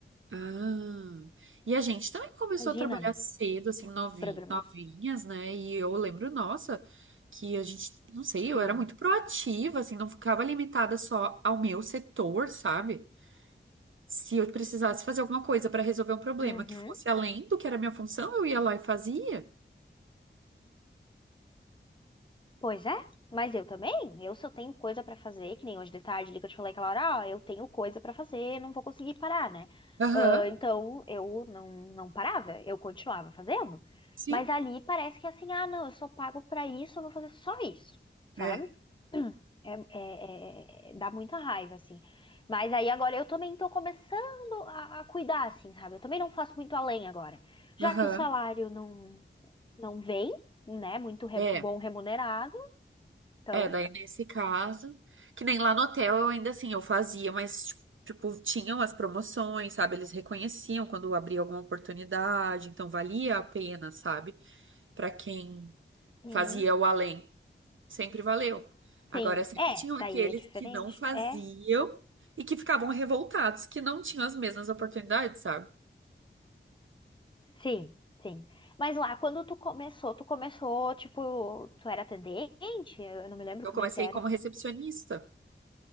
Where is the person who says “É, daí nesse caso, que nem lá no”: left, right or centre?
Right